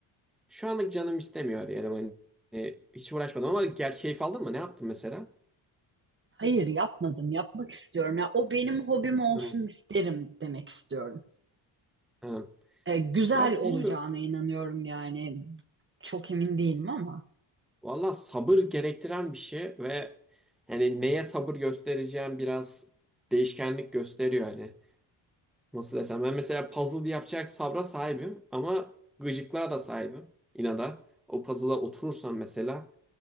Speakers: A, in the centre; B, on the right.
A: Şu anlık canım istemiyor diyelim hani. E, hiç uğraşmadım ama gel keyif aldın mı? Ne yaptın mesela?
B: Hayır yapmadım yapmak istiyorum. Ya, o benim hobim olsun
A: Hı,
B: isterim demek istiyorum.
A: hı.
B: E, güzel
A: Ya
B: olacağına
A: bilmiyorum.
B: inanıyorum yani. Çok emin değilim ama
A: Valla sabır gerektiren bir şey ve hani neye sabır göstereceğim biraz değişkenlik gösteriyor hani. Nasıl desem ben mesela puzzle yapacak sabra sahibim ama gıcıklığa da sahibim inada. O puzzle'a oturursam mesela